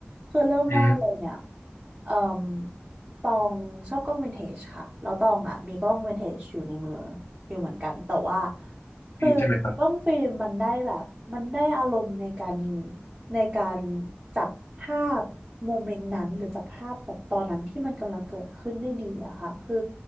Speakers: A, on the right; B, on the left.
A: คือเริ่มแรกเลยเนี่ย
B: อืม
A: เอ่อตองชอบกล้องวินเทจค่ะแล้วตองอ่ะมีกล้องวินเทจอยู่ในมืออยู่เหมือนกันแต่ว่าคือกล้องฟิล์มมันได้แบบมันได้อารมณ์ในการ
B: ฟิล์มใช่ไหมครับ
A: ในการจับภาพโมเมนต์นั้นหรือจับภาพแบบตอนนั้นที่มันกำลังเกิดขึ้นได้ดีอะค่ะคือ